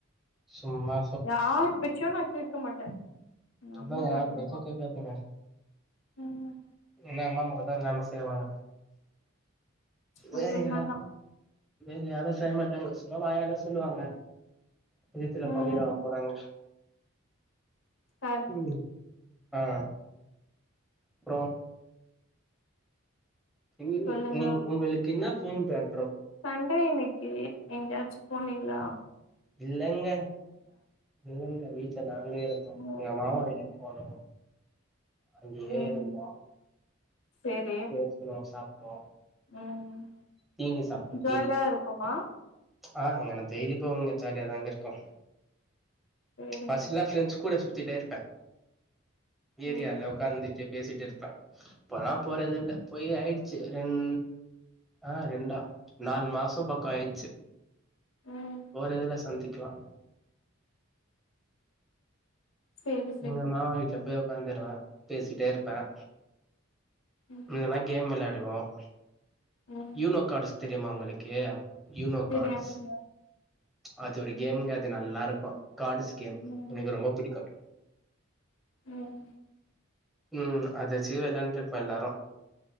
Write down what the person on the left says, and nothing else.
யார் பேச்சு நா கே க்க மாட்டே எங்க
அம்மா
மட்டுந்தா
ம்
அது உண்மதா
ம்
சரி
சொல்லுங்க
சண்டே இன்னக்கி எங்யாச்சு போனீங்ளா?
ம்
ம்
சேரி
ம்
ஜாலியா
இருக்குமா?
சேரிங்க
ம்
ம்
சேரி சேரி
ம்
ம்
தெரியாதுங்க
ம்
ம்